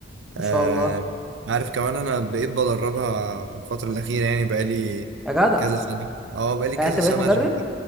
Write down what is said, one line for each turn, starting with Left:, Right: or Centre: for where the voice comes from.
Right: آه
Centre: ما شاء الله
Right: عارف كمان أنا بقيت بدربها الفترة الأخيرة يعني بقالي
Centre: يا جدع
Right: كذا سنة اه بقالي
Centre: يعني
Right: كذا
Centre: انت
Right: سنة
Centre: بقيت مدرب
Right: شغال